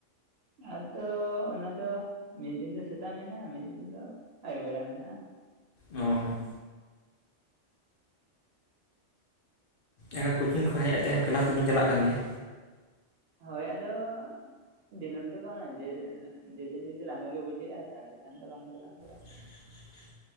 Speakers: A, on the right; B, on the left.
A: ᱟᱫᱚ ᱚᱱᱟᱫᱚ ᱢᱤᱫ ᱫᱤᱱ ᱫᱚ ᱥᱮᱛᱟᱜ ᱢᱮᱱᱟᱜᱼᱟ ᱢᱤᱫ ᱫᱤᱱ ᱫᱚ ᱟᱹᱭᱩᱵ ᱵᱮᱲᱟ ᱢᱮᱱᱟᱜᱼᱟ᱾
B: ᱚ ᱦᱚᱸ ᱮᱠᱟ ᱠᱳᱪᱤᱝ ᱠᱷᱚᱡ ᱦᱮᱡ ᱠᱟᱛᱮᱫ ᱦᱚᱸ ᱠᱞᱟᱥ ᱫᱚᱞᱤᱧ ᱪᱟᱞᱟᱜ ᱠᱟᱱ ᱜᱮᱭᱟ?
A: ᱦᱳᱭ ᱟᱫᱚ ᱫᱤᱱᱟᱹᱢ ᱫᱚ ᱵᱟᱝᱟ ᱡᱮ ᱡᱮᱫᱤᱱ ᱡᱩᱫᱤ ᱞᱟᱸᱜᱟ ᱜᱮ ᱵᱩᱡᱷᱟᱹᱜᱼᱟ ᱛᱟᱦᱚᱞᱮ ᱠᱷᱟᱱ ᱫᱚ ᱵᱟᱝ ᱪᱟᱞᱟᱜ ᱦᱩᱭᱩᱜᱼᱟ᱾
B: <unintelligible>